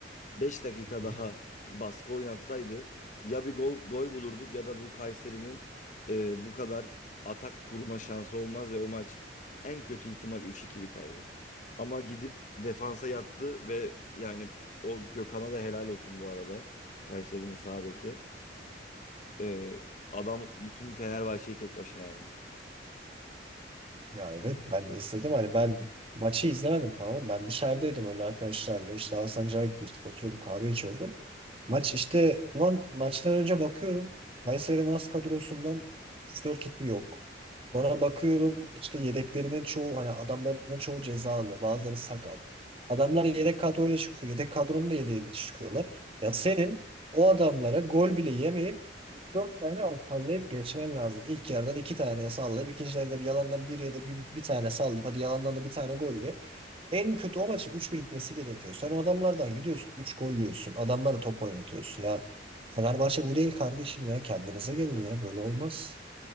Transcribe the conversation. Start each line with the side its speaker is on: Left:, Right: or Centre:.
Left: Beş dakika
Right: Hı hı.
Left: daha baskı oynatsaydı ya bir gol, gol bulurduk ya da bu Kayseri'nin e, bu kadar atak kurma şansı olmaz ve o maç en kötü ihtimal üç iki biterdi. Ama gidip defansa yattı ve yani o Gökhan'a da helal olsun bu arada. Kayseri'nin sağ beki. E, adam bütün Fenerbahçe'yi tek başına yendi.
Right: Ya evet ben istedim hani ben maçı izlemedim tamam ben dışarıdaydım öyle arkadaşlarla işte Hasan Cağ'a gitmiştik oturuyorduk kahve içiyorduk. Maç işte ulan maçtan önce bakıyorum. Kayseri'nin az kadrosundan 3-4 kişi yok. Sonra bakıyorum işte yedeklerinin çoğu hani adamların çoğu cezalı. Bazıları sakat. Adamlar yedek kadroyla çıkıyor. Yedek kadronun da yedeğiyle çıkıyorlar. Ya senin o adamlara gol bile yemeyip üç dört tane al sallayıp geçmen lazım. İlk yerden iki taneye sallayıp ikinci yerde bir yalandan bir ya da bir, bir tane sallayıp hadi yalandan da bir tane gol en kötü o maçın üç 1 bitmesi gerekiyor. Sen o adamlardan gidiyorsun. 3 gol yiyorsun. Adamlara top oynatıyorsun. Ya Fenerbahçe bu değil kardeşim ya. Kendinize gelin ya. Böyle olmaz.